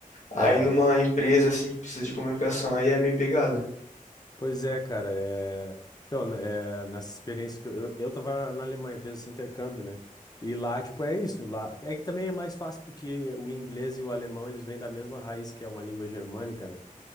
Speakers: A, on the left (about 25°); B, on the left (about 55°).
A: É.
B: aí numa empresa assim que precisa de comunicação, aí é meio pegada.
A: Pois é, cara. é- Então, né, é, nessa experiência que eu, eu, eu tava na na Alemanha, fiz esse intercâmbio, né? E lá, tipo, é isso. Lá... É que também é mais fácil porque o inglês e o alemão, eles vêm da mesma raiz, que é uma língua germânica, né?